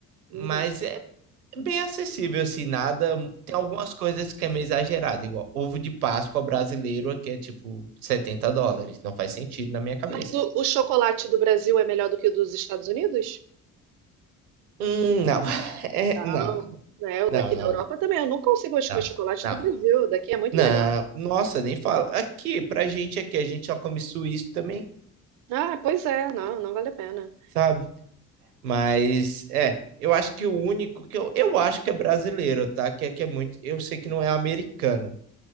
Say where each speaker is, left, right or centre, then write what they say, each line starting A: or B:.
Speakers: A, on the right; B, on the right.
A: uhum.
B: mas é bem acessível, assim, nada. Tem algumas coisas que é meio exagerado, igual ovo de Páscoa brasileiro aqui é tipo 70 dólares. Não faz sentido na minha cabeça.
A: Mas o, o chocolate do Brasil é melhor do que o dos Estados Unidos?
B: Hum, não. <laughs> É,
A: Não,
B: não,
A: né? O
B: não,
A: daqui
B: não,
A: da Europa também. Eu não consigo mais comer
B: não,
A: chocolate
B: não.
A: do Brasil. O daqui é muito
B: Não,
A: melhor.
B: nossa, nem fala. Aqui, pra gente aqui, a gente só come suíço também,
A: Ah, pois é, não, não vale a pena.
B: sabe? Mas, é, eu acho que o único que eu, eu acho que é brasileiro, tá? Que aqui é muito, eu sei que não é americano,